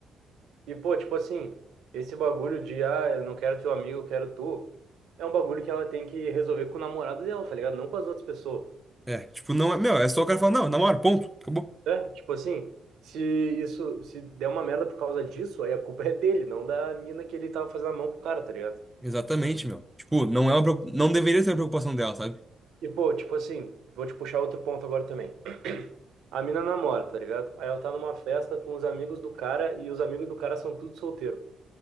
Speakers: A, on the right; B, in the centre.
A: E, pô, tipo assim, esse bagulho de, ah, eu não quero teu amigo, eu quero tu, é um bagulho que ela tem que resolver com o namorado dela, tá ligado? Não com as outras pessoas.
B: É, tipo, não é. Meu, é só o cara falar, não, eu namoro, ponto, acabou.
A: É, tipo assim, se isso, se der uma merda por causa disso, aí a culpa é dele, não da mina que ele tava fazendo a mão pro cara, tá ligado?
B: Exatamente, meu. Tipo, não é uma, preocu- não deveria ser uma preocupação dela, sabe?
A: E, pô, tipo assim, vou te puxar outro ponto agora também. <clears throat> A mina namora, tá ligado? Aí ela tá numa festa com os amigos do cara e os amigos do cara são tudo solteiro.